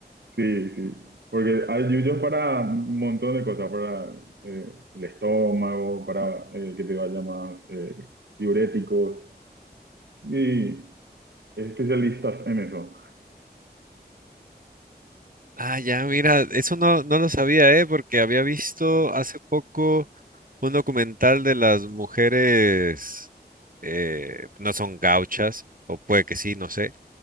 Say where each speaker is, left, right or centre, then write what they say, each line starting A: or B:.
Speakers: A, on the right; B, on the right.
A: sí, sí. Porque hay yuyos para un montón de cosas, para eh, el estómago, para eh, que te vaya más eh, diuréticos. Y es especialistas en eso.
B: Ah, ya, mira, eso no, no lo sabía, ¿eh? Porque había visto hace poco un documental de las mujeres, eh, no son gauchas, o puede que sí, no sé,